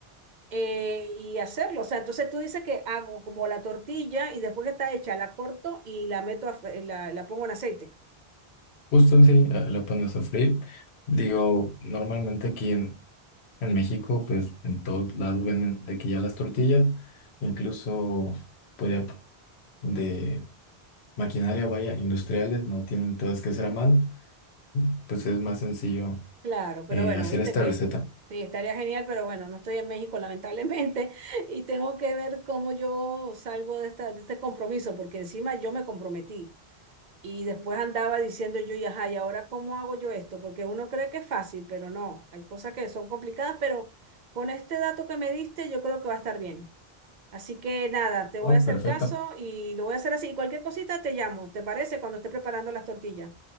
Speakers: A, on the right; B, on the left.
A: eh, y hacerlo. O sea, entonces tú dices que hago como la tortilla y después que está hecha la corto y la meto, a, fe- la, la pongo en aceite.
B: Justo sí, ah, lo pones a sofreír. Digo, normalmente aquí en, en México, pues en todos lados venden de que ya las tortillas, incluso pues ya de maquinaria, vaya, industriales, no tienen todas que ser a mano, pues es más sencillo
A: Claro, pero
B: eh,
A: bueno,
B: hacer
A: viste
B: esta
A: que
B: receta.
A: sí, estaría genial, pero bueno, no estoy en México lamentablemente <laughs> y tengo que ver cómo yo salgo de esta, de este compromiso, porque encima yo me comprometí y después andaba diciendo yo, y ajá, ¿y ahora cómo hago yo esto? Porque uno cree que es fácil, pero no, hay cosas que son complicadas, pero con este dato que me diste yo creo que va a estar bien. Así que nada, te voy
B: Oh,
A: a hacer
B: perfecto.
A: caso y lo voy a hacer así. Y cualquier cosita te llamo, ¿te parece? Cuando esté preparando las tortillas,